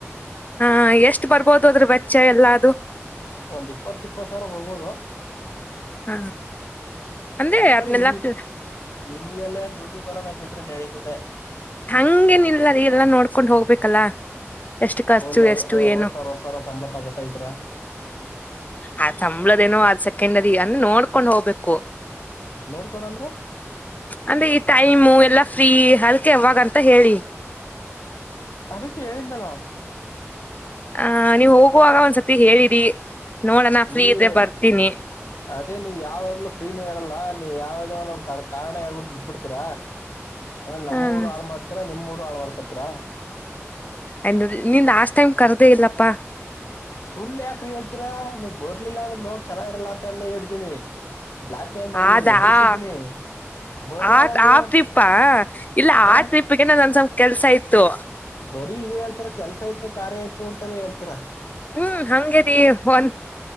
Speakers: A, on the left; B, on the left.
A: ಹಾ ಎಷ್ಟ್ ಬರ್ಬೋದು ಅದ್ರ ಬಚ್ಚ ಎಲ್ಲದುೂ.
B: ಒಂದ್ ಇಪ್ಪತ್ ಇಪ್ಪತ್ತು ಸಾವಿರ ಹೋಗೋದು.
A: ಹ ಅಂದ್ರೆ
B: ಅಡ್ಕಳಿ
A: ಅದನ್ನೆಲ್ಲಾ
B: ನಿಮ ನಿಮಗೆ ಎಲ್ಲಏ ಟಿ ರ ಬಿಡ್ರೆ ನಡೀತದೆ.
A: ಹಂಗೇನಲ್ಲ ಅದ ಎಲ್ಲಾ ನೋಡ್ಕೊಂಡ್ ಹೋಗ್ಬೇಕು ಅ ಕಲ ಎಷ್ಟು ಖರ್ಚು
B: ಫುಲ್
A: ಎಷ್ಟು
B: ಅರವತ್
A: ಏನು
B: ಅರವತ್ ಸಾವಿರ ಸಂಬತ್ ಆಗತ್ತ ಇದ್ರ
A: ಆ ಸಂಬಳದೇನೋ ಅ ಸೆಕೆಂಡ್ದಿ ಅನ್ನ ನೋಡ್ಕೊಂಡ ಹೋಗ್ಬೇಕು
B: ನೋಡ್ಕೊಂಡ್ ಅಂದ್ರೆ
A: ಅಂದ್ರೆ ಈ ಟೈಮು ಎಲ್ಲಾ ಫ್ರೀ ಹಲ್ತ್ ಅವಾಗಂತ ಹೇಳಿ.
B: ಅದು ಕೇಳೇಳಿಂದಲೋ
A: ಆ ನೀವ್ ಹೋಗುವಾಗ ಒಂದ್ಸತಿ ಹೇಳಿರಿ ನೋಡ ನಾ ಫ್ರೀ
B: ನೀವೇ
A: ಇದ್ರೆ ಬರ್ತೀನಿ
B: ಅದೇ ನೀವ್ ಯಾವಾಗ್ಲೂ ಫ್ರೀನ ಇರಲ್ಲ ನೀವ್ ಯಾವದೋ ಒ ಕಾರಣ ಹೇಳ್ಬಿಟ್ಟು ಬಿಟ್ಬ ಬಿಿಡ್ತೀರಾ ಆಮೇಲೆ ನಮ್ಮ
A: ಹ್ಮ್
B: ಮೂಡ್ ಹಾಳ್ ಮಾಡ್ತಾರ ನಿಮ್ ಮೂಡು ಆಳ ಮರ್ಕತ್ರ
A: ಅ ನಿನ್ ಆಸ್ಟ್ ಟೈಮ್ ಕರ್ದೇ ಇಲ್ಲಪ್ಪಾ
B: ಸುಳ್ಳು ಯಾಕ್ರಿ ಹೇಳ್ತೀರಾ ನೀವ್ ಬರ್ಲಿಲ್ಲ ಅಂದ್ರೆ ನೋಡ್ ಚೆನ್ನಾಗಿ ಇರಲ್ಲಾ ಅಂತ ಎಲ್ಲ ಹೇಳ್ತೀನಿ ಬ್ಲಾಕ್ ಮೇಲ್ ಮಾಡಿದೀನಿ
A: ಆದದಾ
B: ಎದುರಿಸಿದ್ದೀನಿ ಬರ್ಲಿಲ್ಲ
A: ಆ
B: ನೀವು
A: ಆ ಟ್ರಿಪ್ಪಾ ಇಲ್ಲ
B: ಹ್ಮ್
A: ಆ ಟ್ರಿಪ್ಗೆ ನಂದ ಸ್ವಲ್ಪ ಕೆಲ್ಸ ಇತ್ತು
B: ಬರೀ ಇದೇ ಹೇಳ್ತರಾ ಕೆಲ್ಸ ಆಯ್ತು ಕಾರ್ಯ ಆಯತು ಅಂತ ಹೇಳ್ತರಾ
A: ಹ್ಮ್ ಹಂಗೇರಿ ಒನ್